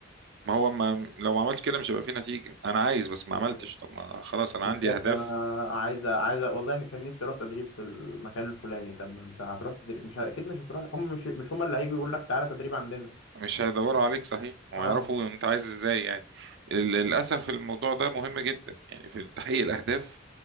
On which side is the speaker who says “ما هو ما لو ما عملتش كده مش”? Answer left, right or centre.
Right